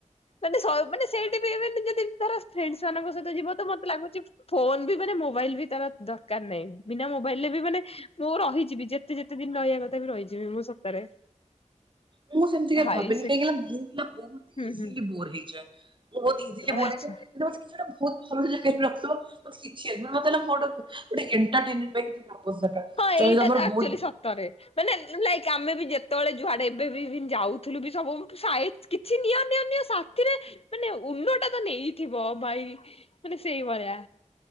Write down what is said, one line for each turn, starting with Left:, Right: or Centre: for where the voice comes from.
Left: ମାନେ ଶାଏ ମାନେ ସେଇଠି ବି ମନେ ଏବେ ଯଦି ଧର ଫ୍ରେଣ୍ଡ ମାନଙ୍କ ସହିତ ଯିବ ତ ମତେ ଲାଗୁଛି ଫୋନ ବି ମାନେ ମୋବାଇଲ ବି ତାର ଦରକାର ନାହିଁ ବିନା ମ ବୋଇଲେ ବି ମାନେ ମୁଁ ରହିଯିବି ଯେତେ ଯେତେ ଦିନ ରହିବା କଥା ବି ରହିଯିବି ମୁଁ ସତରେ।
Right: ମୁଁ ସେମିତିକା
Left: ଭାଇ
Right: ଭାବିନି
Left: ସେ
Right: କାହିଁକିନା ମୁଁ ହେଲା ବହୁତ
Left: ହୁଁ
Right: ଇଜିଲି
Left: ହୁଁ
Right: ବୋର ହେଇଯାଏ। ବହୁତ ଇିଜିଲି ବୋର
Left: ଆଚ୍ଛା।
Right: ହେଇଯାଏ। <unintelligible> ବହୁତ ଭଲ। <unintelligible>
Left: ହଁ ଏଇଟା
Right: ଯଦି ତମର
Left: ତ ଆକ୍ଚୁଆଲି
Right: ବହୁତ
Left: ସତରେ ମାନେ ଲ ଆମେ ବି ଯେତେବେଳେ ଯୁଆଡେ ଏବେ ବି ଯାଉଥିଲୁ ବି ସବୁ କିଛି ନିୟ ନିଅ ନି ସାଥିରେ ମାନେ ଉଣ୍ଡଟା ତ ନେଇଥିବ ଭାଇ ମାନେ ସେଇଭଳିଆ